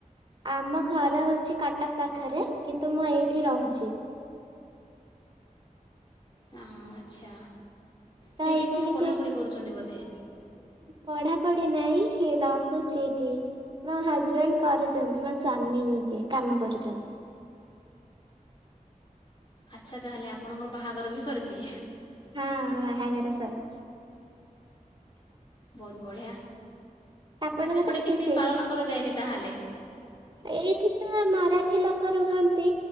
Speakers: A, on the right (about 35°); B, on the left (about 35°).
A: ଆମ ଘର ହଉଛି କଟକ ପାଖରେ, କିନ୍ତୁ ମୁଁ ଏଇଠି ରହୁଛି।
B: ହଁ ଆଚ୍ଛା।
A: ତ
B: ସେଇଠି
A: ଏଇଠି
B: କଣ
A: କିଛି
B: ପଢ଼ାପଢ଼ି କରୁଛନ୍ତି ବୋଧେ?
A: ପଢାପଢି ନାଇଁ ରହୁଛି ଇଠି। ମୋ ହଜବେଣ୍ଡ୍ କରୁଚନ୍ତି, ମୋ ସ୍ଵାମୀ ଯିଏ କାମ କରୁଛନ୍ତି।
B: ଆଚ୍ଛା। ତା ହେଲେ ଆପଣଙ୍କର ବାହାଘର ବି ସରିଛି।
A: ହଁ, ବାହାଘର ସରିଛି।
B: ବହୁତ ବଢିଆ।
A: ଆପଣଙ୍କର
B: ସେପଟେ କିଛି
A: ହେଇଛି?
B: ପାଳନ କରାଯାଏନି ତାହେଲେ?
A: ଏଇଠି ତ ମରାଠି ଲୋକ ରୁହନ୍ତି।